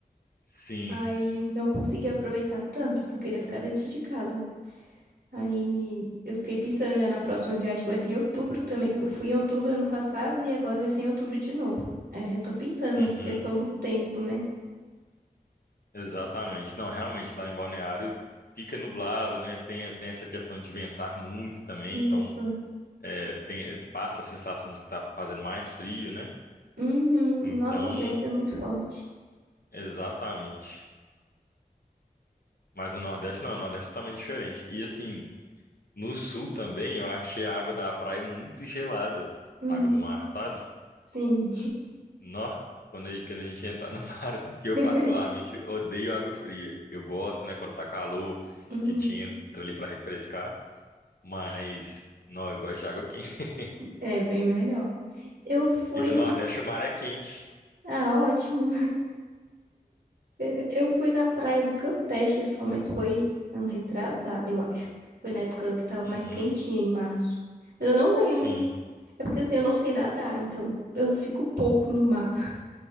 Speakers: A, on the left; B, on the right.
A: Sim.
B: Aí não consegui aproveitar tanto, só queria ficar dentro de casa. Aí eu fiquei pensando já na próxima viagem, que vai ser em outubro também. Eu fui em outubro ano passado e agora vai ser em outubro de novo. Aí eu já tô pensando
A: Uhum.
B: nessa questão do tempo, né?
A: Exatamente. Não, realmente lá em Balneário fica nublado, né? Tem, tem essa questão de ventar muito também, então
B: Isso.
A: é, tem- passa a sensação de que tá fazendo mais frio, né?
B: Uhum.
A: Então,
B: Nossa, o vento é muito forte.
A: exatamente. Mas no Nordeste não, no Nordeste é totalmente diferente. E assim, no Sul também eu achei a água da praia muito gelada,
B: Uhum.
A: água do mar, sabe?
B: Sim.
A: Nó, quando a, quando a gente entra no <laughs> mar, assim, porque
B: <laughs>
A: eu particularmente odeio água fria. Eu gosto, né, quando tá calor,
B: Uhum.
A: a gente entra ali pra refrescar, mas não, eu gosto de água quente. <laughs>
B: É bem melhor. Eu fui
A: E no
B: na.
A: Nordeste o mar é quente.
B: Ah, ótimo. É, Eu fui na praia do Campeche só, mas foi ano retrasado, eu acho. Foi na época que tava
A: Uhum,
B: mais quentinha, em março. Mas eu não lembro.
A: sim.
B: É porque assim, eu não sei nadar, então eu fico pouco no mar.